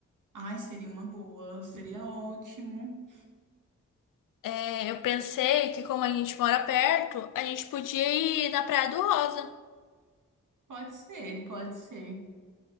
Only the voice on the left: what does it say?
É, eu pensei que como a gente mora perto, a gente podia ir na Praia do Rosa.